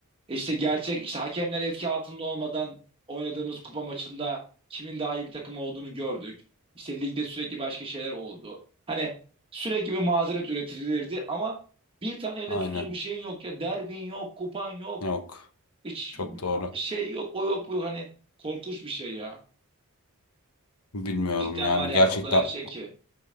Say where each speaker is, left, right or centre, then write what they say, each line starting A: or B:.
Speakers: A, on the right; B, on the left.
A: İşte gerçek işte hakemler etki altında olmadan oynadığımız kupa maçında kimin daha iyi bir takım olduğunu gördük. İşte ligde sürekli başka şeyler oldu. Hani sürekli bir mazeret üretilirdi ama bir tane elle
B: Aynen.
A: tutulur bir şeyin yok ya. Derbin yok, kupan yok.
B: Yok.
A: Hiç
B: Çok doğru.
A: şey yok, o yok, bu yok. Hani korkunç bir şey ya.
B: Bilmiyorum
A: Cidden
B: yani
A: var yani
B: gerçekten
A: o kadar şey ki.